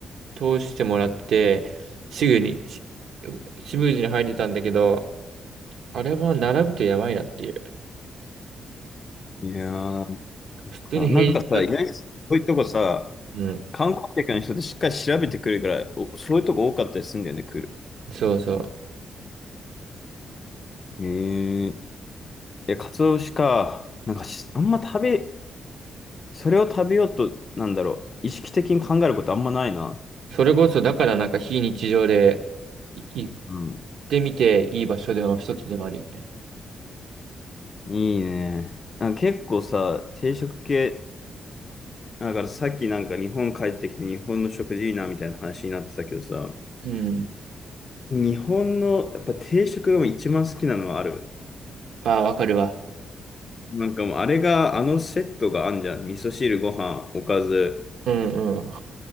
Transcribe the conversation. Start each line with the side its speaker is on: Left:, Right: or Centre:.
Right: 通してもらって、すぐにしスムーズに入れたんだけど、あれは並ぶとやばいなっていう。
Left: ういやー、なん
Right: 普通に平日だった
Left: かなんかさ、意外にそういうとこさ、
Right: うん。
Left: 観光客の人ってしっかり調べてくるから、おそういうとこ多かったりするんだよね、来る。
Right: そうそう。
Left: えー、いや、カツオ節か。なんかし、あんま食べ、それを食べようと、なんだろう、意識的に考えることあんまないな。
Right: それこそ、だからなんか非日常でい行っ
Left: うん。
Right: てみていい場所での一つでもあるよね。
Left: いいね。なんか結構さ、定食系、だからさっきなんか日本帰ってきて日本の食事いいなみたいな話になってたけどさ、
Right: うん。
Left: 日本のやっぱ定食が一番好きなのはある。
Right: ああ、わかるわ。
Left: なんかもうあれが、あのセットがあんじゃん。味噌汁、ご飯、おかず、
Right: うんう